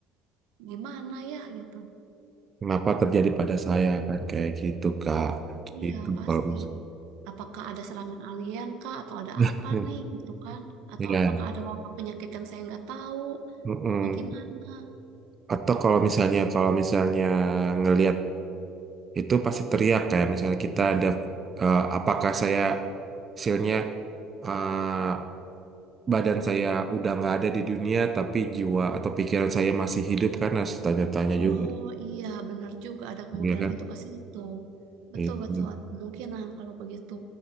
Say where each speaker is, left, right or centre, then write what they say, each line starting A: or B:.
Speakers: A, on the right; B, on the right.
A: gimana ya gitu.
B: kenapa terjadi pada saya kan kayak gitu Kak.
A: Iya,
B: Gitu
A: pasti.
B: kalau misalnya.
A: Apakah ada serangan alien kah? Atau ada
B: <laughs>
A: apa nih gitu kan? Atau
B: Iya.
A: apakah ada wabah penyakit yang saya nggak tahu?
B: mm-mm.
A: Bagaimana?
B: Atau kalau misalnya kalau misalnya ngelihat itu pasti teriak kayak misalnya kita ada eh, apakah saya hasilnya eh, badan saya udah nggak ada di dunia tapi jiwa atau pikiran saya masih hidup kan harus tanya-tanya
A: Oh
B: juga
A: iya, benar juga ada kemungkinan
B: ya kan
A: itu ke situ. Betul-betul
B: itu
A: ada kemungkinan kalau begitu.